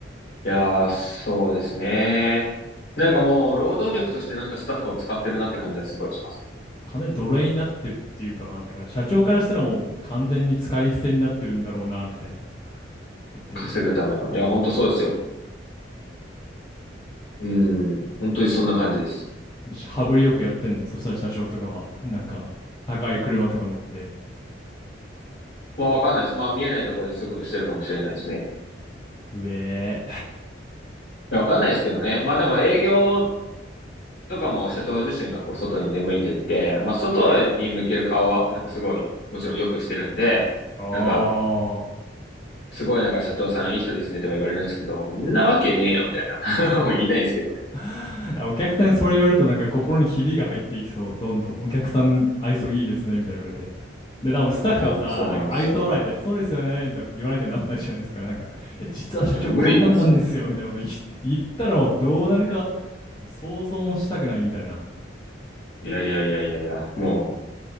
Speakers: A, on the left; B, on the left.
A: やー、そうですね。なんかもう、労働力としてなんかスタッフを使ってるなって感じはすごいしますね。
B: 金奴隷になってるっていうか、まあだから社長からしたらもう完全に使い捨てになってるんだろうな、みたいな。だって、
A: 稼ぐための。いや、ほんとそうですよ。うーん。本当にそんな感じです。
B: 羽振りよくやってんの。そしたら社長とかは、なんか、高い車とか乗って、
A: まあ、わかんないです。まあ、見えないところでそういうことしてるかもしれないですね。
B: うえ
A: や、わかんないですけどね。まあでも営業とかも社長自身がこう外に出向いてって、まあ外に向ける顔はなんかすごい、もちろんよくしてるんで、
B: ー。ああ。
A: なんかすごいなんか社長さんいい人ですねとか言われるんですけど、んなわけねえよみたいな。<laughs> もう言いたいんですけどね。
B: <laughs> お客さんにそれ言われるとなんか心にひびが入っていきそう。どんどん。お客さん愛想いいですね。みたいな言われて。で、でもスタッフはさ、
A: いや、もうそうなんですよ。
B: なんか愛想笑いで、そうですよね。みたいなこと言わなきゃなんないじゃないですか。なんか、いや、実は社長こんなんなんですよ。
A: いや、無理なんですよ。
B: みたいなこと言い言ったらもうどうなるかもう想像もしたくないみたいな。
A: いやいやいやいやいや、も